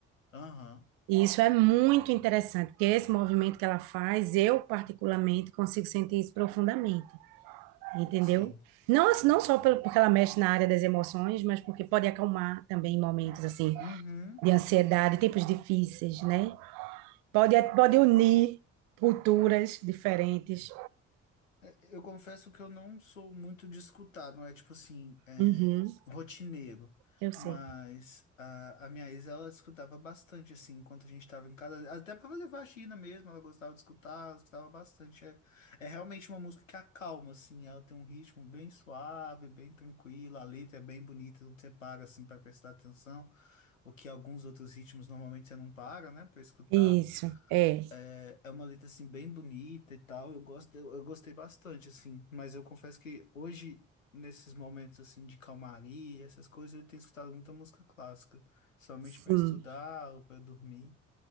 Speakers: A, on the left (about 80°); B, on the right (about 60°).
A: Aham.
B: E isso é muito interessante, porque esse movimento que ela faz, eu particularmente consigo sentir isso profundamente, entendeu?
A: Sim.
B: Não, não só porque ela mexe na área das emoções, mas porque pode acalmar também em momentos assim
A: Uhum.
B: de ansiedade, tempos difíceis, né? Pode, pode
A: É,
B: unir culturas diferentes.
A: É, Eu confesso que eu não sou muito de escutar, não é tipo assim, é,
B: Uhum,
A: rotineiro.
B: eu sei.
A: Mas a, a minha ex, ela escutava bastante, assim, enquanto a gente tava em casa. Até pra fazer faxina mesmo, ela gostava de escutar, ela escutava bastante. É, é realmente uma música que acalma, assim, ela tem um ritmo bem suave, bem tranquilo, a letra é bem bonita, não você para, assim, pra prestar atenção. O que alguns outros ritmos normalmente você não para, né, pra escutar.
B: Isso, é,
A: É, é uma letra assim bem bonita e tal. Eu gosto, eu, eu gostei bastante assim, mas eu confesso que hoje nesses momentos assim de calmaria, essas coisas, eu tenho escutado muita música clássica, somente
B: sim.
A: para estudar ou para dormir.